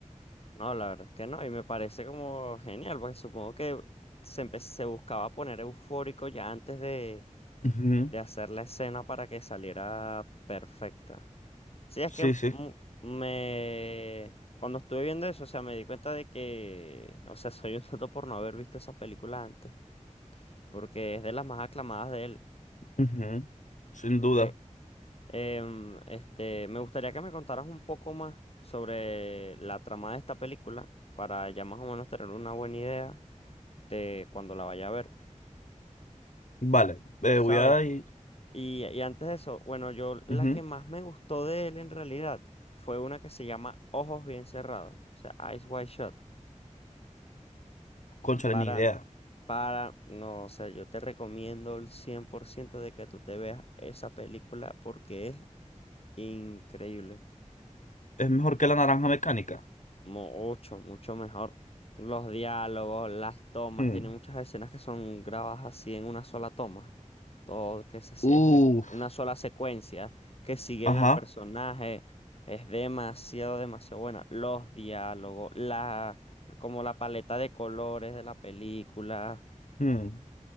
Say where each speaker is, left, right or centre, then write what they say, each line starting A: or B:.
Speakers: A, on the left; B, on the left.
A: No, la verdad es que no, y me parece como genial, porque supongo que se, empe- se buscaba poner eufórico ya antes de,
B: Ujú.
A: de hacer la escena para que saliera perfecta. Sí, es
B: Sí,
A: que
B: sí.
A: mu- me... Cuando estuve viendo eso, o sea, me di cuenta de que, o sea, soy un tonto por no haber visto esa película antes, porque es de las más aclamadas de él.
B: Ujú, Sin
A: Aunque
B: duda.
A: Em, este, me gustaría que me contaras un poco más sobre la trama de esta película para ya más o menos tener una buena idea de cuando la vaya a ver,
B: Vale, eh,
A: ¿sabes?
B: voy a ir.
A: Y, y antes de eso, bueno, yo la
B: Ujú.
A: que más me gustó de él en realidad fue una que se llama Ojos Bien Cerrados, o sea, Eyes Wide Shut.
B: Cónchale,
A: Para,
B: ni idea.
A: para, no, o sea, yo te recomiendo el 100% de que tú te veas esa película porque es increíble.
B: Es mejor que la naranja mecánica.
A: Mucho, mucho mejor. Los diálogos, las tomas,
B: Mm.
A: tiene muchas escenas que son grabadas así en una sola toma. Todo que se, se-
B: Uf,
A: es una sola secuencia que siguen
B: Ajá.
A: al personaje. Es demasiado, demasiado buena. Los diálogos, la, como la paleta de colores de la película.
B: Mm.